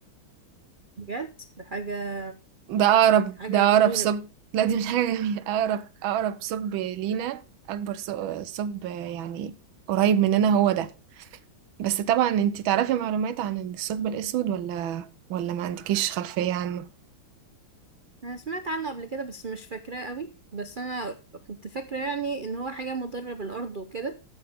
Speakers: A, on the right; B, on the right.
A: بجد ده حاجة
B: ده أقرب
A: حاجة
B: ده أقرب
A: جميلة
B: ثقب لا دي مش حاجة جميلة <laughs> أقرب أقرب ثقب لينا أكبر ثق- ثقب يعني قريب مننا هو ده بس طبعا انتي تعرفي معلومات عن الثقب الأسود ولا ولا ما عندكيش خلفية عنه
A: انا سمعت عنه قبل كده بس مش فاكراه قوي بس انا كنت فاكره يعني ان هو حاجه مضره بالارض وكده